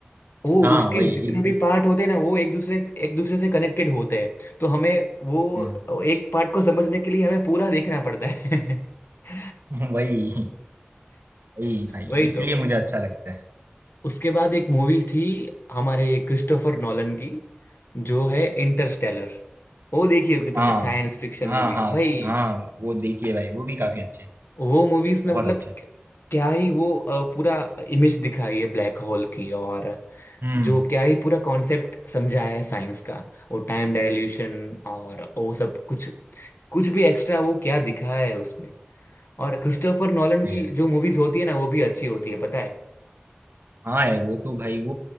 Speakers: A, on the left; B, on the right.
A: वो
B: हाँ
A: उसके
B: वही
A: जितने
B: एक
A: भी पार्ट होते हैं ना वो एक दूसरे एक दूसरे से कनेक्टेड होते हैं तो हमें वो
B: हम्म,
A: एक पार्ट को समझने के लिए हमें पूरा देखना पड़ता है <laughs>
B: <laughs> वही वही भाई
A: वही
B: इसलिए
A: तो
B: मुझे अच्छा लगता है
A: उसके बाद एक मूवी थी हमारे क्रिस्टोफर नॉलन की जो है इंटरस्टेलर वो देखी होगी
B: हाँ
A: तुमने साइंस फिक्शन
B: हाँ
A: मूवी
B: हाँ
A: भाई
B: हाँ वो देखिए भाई वो भी काफी अच्छे
A: वो मूवीज
B: बहुत
A: में मतलब
B: अच्छे
A: क्या ही वो अ, पूरा इमेज दिखाई है ब्लैक होल की और
B: हम्म
A: जो क्या ही पूरा कॉन्सेप्ट समझाया है साइंस का वो टाइम डायल्यूशन और वो सब कुछ कुछ भी एक्स्ट्रा वो क्या दिखाया है उसमें और क्रिस्टोफर नॉलन
B: वही
A: की
B: है
A: जो मूवीज होती है ना वो भी अच्छी होती है पता है
B: हाँ है वो तो भाई वो